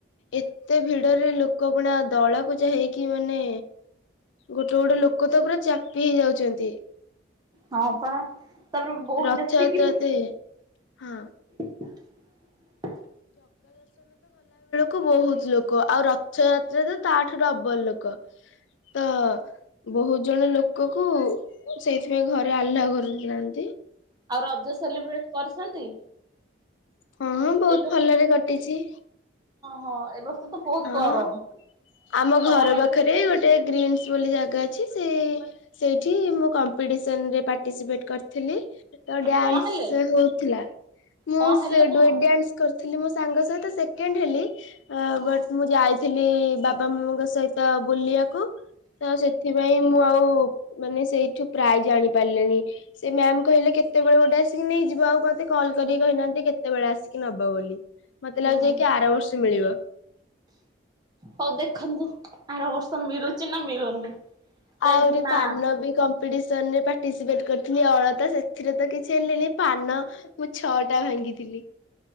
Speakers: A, on the left; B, on the right.
A: ଏତେ ଭିଡରେ ଲୋକ ପୁଣା ଦଳ ପୁଯା ହେଇକି ମାନେ ଗୋଟେ ଗୋଟେ ଲୋକ ତ ପୁରା ଚାପି ହେଇଯାଉଛନ୍ତି ।
B: ହଁ ପା ତାପରେ ବହୁତ
A: ରଥଯାତ୍ରାତେ
B: ଯେତିକି ମ୍
A: ହଁ।
B: <inaudible>
A: କୁ ବହୁତ ଲୋକ ଆଉ ରଥଯାତ୍ରା ତ ତାଠୁ ଡବଲ ଲୋକ । ତ ବହୁତ ଜଣ ଲୋକ କୁ ସେଇଥିପାଇଁ ଘରେ ଅଲ୍ଲଉକରୁନାହାନ୍ତି।
B: ଆଉ ରଜ ସେଲିବ୍ରେଟ କରିଛନ୍ତି।
A: ହଁ ହଁ ବହୁତ
B: ଏଇ
A: ଭଲରେ କଟିଛି।
B: ହଁ ଏ ବର୍ଷ ତ ବହୁତ
A: ହଁ
B: ଗରମ।
A: ଆମ
B: ଆଉ କଣ
A: ଘର
B: ରଜ
A: ପାଖରେ ଗୋଟେ ଗ୍ରୀନ୍ ବୋଲି ଜାଗା ଅଛି! ସେ ସେଇଠି ମୁଁ କମ୍ପିଟିସନରେ ପାର୍ଟିସିପେଟ କରିଥିଲି। ତ ଡ୍ୟାନ୍ସ
B: କଣ ହେଲେ
A: ହଉଥିଲା ମୁଁ
B: କଣ ହେଲେ
A: ସେ
B: କଣ?
A: ଦୋ ଡ୍ୟାନ୍ସ କରି ଥିଲି ମୋ ସାଙ୍ଗ ସହିତ ସେକେଣ୍ଡ ହେଲି!
B: ହଁ
A: ବଟ୍ ମୁଁ ଯାଇଥିଲି ବାପା ବାପାମାମାଙ୍କ ସହିତ ବୁଲିବାକୁ ତ ସେଥିପାଇଁ ମୁଁ ଆଉ ମାନେ ସେଇଠୁ ପ୍ରାୟ ଜାଣି ପାରିଲେନି! ସେ ମ୍ୟାାମ କହିଲେ କେତେବେଳେ ଗୋଟେ ଆସିକି ନେଇଯିବ। ଆଉ ମତେ କ କଲ କରିକି କହିନାହାନ୍ତି, କେତେବେଳେ ଆସିକି ନବ ବୋଲି। ମତେ
B: ହୁଁ
A: ଲାଗୁଛି ଯାଇ କି ଆର ବର୍ଷ ମିଳିବ। <inaudible>
B: ହଉ ଦେଖନ୍ତୁ ଆର ବର୍ଷ ମିଳୁଛିିନା ମିଳୁନି। କାହିଁକି
A: ଆହୁରି
B: ନା
A: ପାନ ବି କମ କମ୍ପିଟିସନରେ ପାଟିସିପେଟ କରିଥିଲି ଅଳତା ସେଥିରେ ତ କିଛି ହେଲିନି ପାନ ମୁ ଛଅଟା ଭା ଙ୍ଗିଥିଲି।